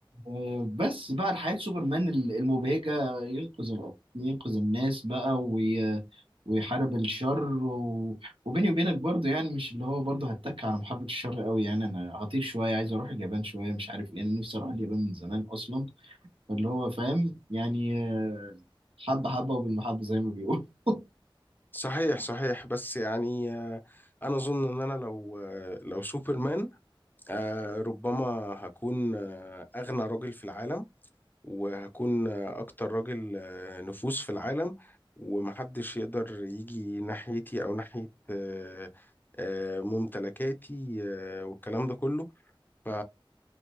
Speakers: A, on the right; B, on the left.
A: آه، بس بقى حياة سوبرمان ال- المبهجة ينقذ الأرض ينقذ الناس بقى وي... ويحارب الشر و... وبيني وبينك برضه يعني مش اللي هو برضه هتك على محاربة الشر قوي يعني أنا هطير شوية عايز أروح اليابان شوية مش عارف إيه أنا نفسي أروح اليابان من زمان أصلا فاللي هو فاهم يعني آه، حبة حبة وبالمحبة زي ما بيقول <laughs>
B: صحيح صحيح بس يعني آه، انا اظن ان انا لو آه، لو سوبرمان آه، ربما هكون آه، أغنى راجل في العالم وهكون آه، أكتر راجل آه، نفوذ في العالم ومحدش يقدر يجي ناحيتي أو ناحية آه، آه، ممتلكاتي آه، والكلام ده كله ف